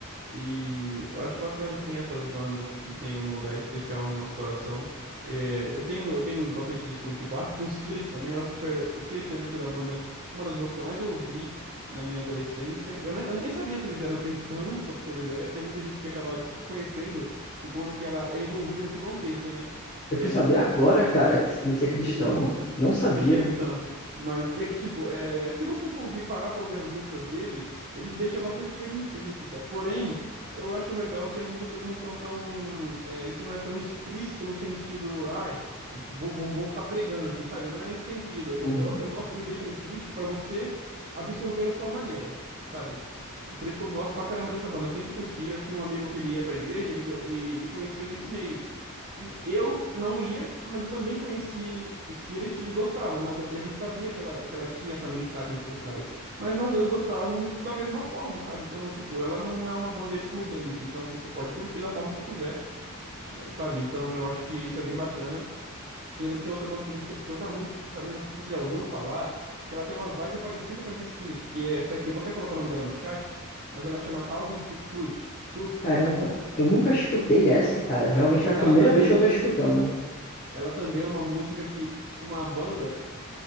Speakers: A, on the right; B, on the left.
A: E eu acho bacana, assim, essas bandas que têm um lugar especial no nosso coração. É, eu tenho, eu tenho bastante disco com Linkin Park, com Skillet também. Eu acho que foi, Skillet deve ter sido a banda, uma das bandas que eu mais ouvi na minha adolescência. Eu, ne- eu nem sabia que eles eram cristãos, <laughs> só pra você ter uma ideia. Tem muita gente que acaba desco- conhecendo por conta que ela é envolvida nesse contexto, né? Porque
B: eu fui
A: é
B: saber
A: em contexto
B: agora,
A: religioso.
B: cara, que ele é cristão.
A: Ele. isso-
B: Não sabia.
A: isso que cristã. Mas é que, tipo, é, se você for ouvir, parar pra ouvir as músicas dele, eles deixam bastante coisa implícita. Porém, eu acho legal que as músicas não são tão. é, isso não é tão explícito no sentido. Ai, vou, vou, vou ficar pregando aqui, sabe? Não é nesse sentido. Eu,
B: Uhum.
A: eu eu gosto que eles deixam implícito pra você absorver a sua maneira, sabe? Por isso que eu gosto pra caramba dessa banda. Sempre curti. Eu tinha um amigo que ele ia pra igreja, ele, go- ele, ele conheceu nesse meio. E eu não ia, mas eu também conheci Skillet e gostava, mas a, a gente sabia que ela, que ela tinha essa mensagem por trás. Mas nós dois gostávamos da mesma forma, sabe? Então, tipo, ela não é uma banda excludente, então você pode curtir da forma que você quiser, sabe? Então eu acho que isso é bem bacana. Eu lembro que tinha outra banda que eu gosti- gostava muito também, não sei se você já ouviu falar, que ela tem uma vibe parecida com a de Skillet, que é essa aqui, eu vou até colocar o nome dela no chat, mas ela chama Thousand Foot Crutch. Cruf.
B: Caramba, eu nunca escutei essa, cara. Realmente
A: Ela, ela
B: é a primeira
A: ela também.
B: vez que eu tô escutando.
A: Ela também é uma música que, uma banda